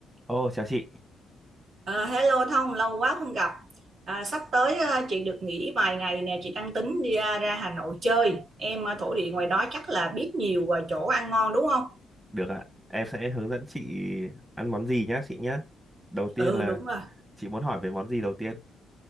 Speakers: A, on the right; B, on the right.
A: Ồ, chào chị.
B: Ờ, hello Thông, lâu quá không gặp. À, sắp tới ờ, chị được nghỉ vài ngày nè, chị đang tính đi ra, ra Hà Nội chơi. Em ờ, thổ địa ngoài đó chắc là biết nhiều ờ, chỗ ăn ngon đúng không?
A: Được ạ. Em sẽ hướng dẫn chị ăn món gì nhá, chị nhá. Đầu tiên
B: Ừ
A: là
B: đúng rồi.
A: chị muốn hỏi về món gì đầu tiên?